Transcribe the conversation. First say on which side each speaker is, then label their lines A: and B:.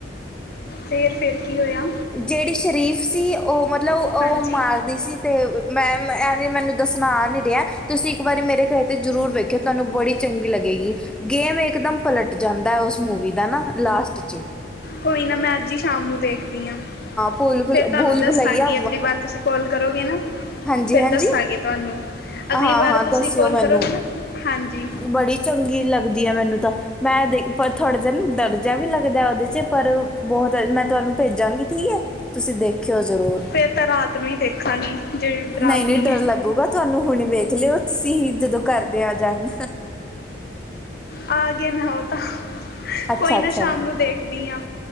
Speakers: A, on the left; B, in the centre.
A: ਫੇਿਰ ਫੇਰ ਕੀ ਹੋਇਆ
B: ਜਿਹੜੀ ਸ਼ਰੀਫ਼ ਸੀ ਉਹ ਮਤਲਬ ਉਹ
A: ਹਾਂਜੀ
B: ਮਾਰਦੀ ਸੀ ਤੇ ਮੈਂ ਇਹ ਮੈਨੂੰ ਦੱਸਣਾ ਆ ਨੀ ਰਿਹਾ ਤੇ ਤੁਸੀਂ ਇੱਕ ਵਾਰੀ ਮੇਰੇ ਘਰੇ ਤੇ ਜਰੂਰ ਵੇਖ ਕਿਖ ਤੁਹਾਨੂੰ ਬੜੀ ਚੰਗੀ ਲੱਗੇਗੀ ਗੇਮ ਇੱਕਦਮ ਪਲਟ ਜਾਂਦਾ ਉਸ ਮੂਵੀ ਦਾ ਨਾ ਲਾਸਟ 'ਚ
A: ਕੋਈ ਨਾ ਮੈਂ ਅੱਜ ਹੀ ਸ਼ਾਮ ਨੂੰ ਦੇਖਦੀ ਹਾਂ
B: ਭੂਲ ਭੁਲ
A: ਫੇਰ ਤੁਹਾਨੂੰ
B: ਭੂਲ
A: ਦੱਸਾਂਗੀ
B: ਭੁਲਈਆ
A: ਅਗਲੀ ਵਾਰ ਤੁਸੀਂ ਕਾਲ ਕਰੋਗੇ ਨਾ
B: ਹਾਂਜੀ
A: ਫਿਰ
B: ਹਾਂਜੀ
A: ਦੱਸਾਂਗੇ ਤੁਹਾਨੂੰ ਅਗਲੀ
B: ਹਾਂ
A: ਵਾਰ
B: ਹਾਂ
A: ਤੁਸੀਂ
B: ਦੱਸਿਓ
A: ਕੋਾਲ
B: ਮੈਨੂੰ
A: ਕਰੋ ਹਾਂਜੀ
B: ਬੜੀ ਚੰਗੀ ਲੱਗਦੀ ਹੈ ਮੈਨੂੰ ਤਾਂ ਮੈਂ ਦੇ ਪਰ ਥੋੜ੍ਹਾ ਜਿਹਾ ਦਰਜਿਹਾ ਵੀ ਲੱਗਦਾ ਉਹਦੇ 'ਚ ਪਰ ਬਹੁਤ ਮੈਂ ਤੁਹਾਨੂੰ ਭੇਜਾਂਗੀ ਠੀਕ ਹੈ ਤੁਸੀਂ ਦੇਖਿਓ ਜ਼ਰੂਰ
A: ਫਿਰ ਤਾਂ ਰਾਤ ਨੂੰ ਹੀ ਦੇਖਾਂਗੀ ਜਿਹੜੀ ਡਰਾਵਨੀ
B: ਨਹੀਂ ਨਹੀਂ ਡਰ
A: ਹੈ
B: ਲੱਗੂਗਾ ਤੁਹਾਨੂੰ ਹੁਣੇ ਵੇਖ ਲਿਓ ਤੁਸੀਂ ਹੀ ਜਦੋਂ ਕਰਦੇ ਆ ਜਾਣ
A: ਆ ਗਿਆ ਮੈਂ ਹੋ ਤਾਂ
B: ਅੱਛਾ
A: ਕੋਈ ਨਾ
B: ਅੱਛਾ
A: ਸ਼ਾਮ ਨੂੰ ਦੇਖਦੀ ਹਾਂ